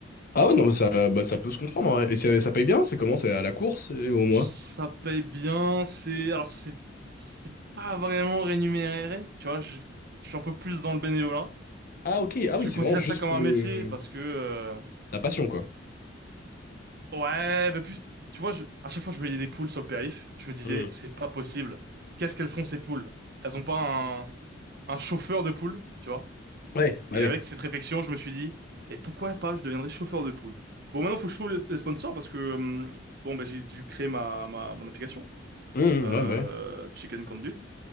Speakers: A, on the left; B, on the right.
A: Ah
B: Enfin,
A: ouais,
B: voilà.
A: non, mais ça, bah, ça peut se comprendre. en vrai. Et ça, ça paye bien? C'est comment? C'est à la course et au mois?
B: Ça paye bien, c'est... Alors, c'est c'est pas vraiment rémunéré, tu vois. Je, je suis un peu plus dans le bénévolat.
A: Ah ok. Ah
B: Je
A: oui, c'est
B: considère
A: vraiment juste
B: ça comme
A: pour
B: un métier
A: le
B: parce que... euh,
A: la passion, quoi.
B: Ouais, mais plus, tu vois, je, à chaque fois que je voyais des poules sur le périph, je me disais,
A: Hmm.
B: c'est pas possible. Qu'est-ce qu'elles font ces poules? Elles ont pas un, un chauffeur de poules, tu vois?
A: Ouais, bah
B: Et
A: oui.
B: avec cette réflexion, je me suis dit, et pourquoi pas, je deviendrais chauffeur de poules. Bon, maintenant, faut que je trouve les, les sponsors parce que, hum, bon, bah, j'ai dû créer ma, ma, mon application,
A: Hmm,
B: euh,
A: ouais, bah ouais.
B: Chicken Conduit.